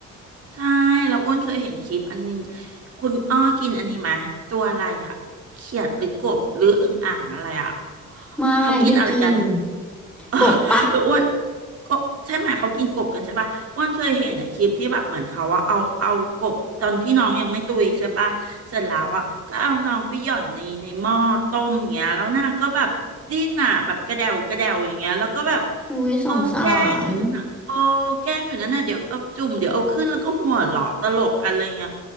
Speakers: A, on the right; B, in the centre.
A: ใช่เราอ้วนเคยเห็นคลิปอันนึงคุณอ้อกินอันนี้ไหมะตัวอะไรอะเขียดหรือกบหรืออึ่งอ่างอะไรอะ
B: ไม่ไม่กิน
A: เขากินอะไรกัน เอ
B: กบปะ
A: ออ้วนก็ใช่ไหมเขากินกบกันใช่ปะอ้วนเคยเห็นในคลิปที่แบบเหมือนเขาว่าเอาเอากบตอนที่น้องยังไม่ตุยใช่ปะเสร็จแล้วอ่ะก็เอาน้องไปหย่อนในในหม้อต้มอย่างเงี้ยแล้วนางก็แบบดิ้นอ่ะแบบกระเดวกระเดวอย่างเงี้ยแล้วก็แบบ
B: อุ้ยสงสา
A: เออแกล้งอยู่นั่นอ่ะโอ้
B: ร
A: แกล้งอยู่นั่นน่ะเดี๋ยวเอาจุ่มเดี๋ยวเอาขึ้นแล้วก็หัวเราะตลกกันอะไรเงี้ย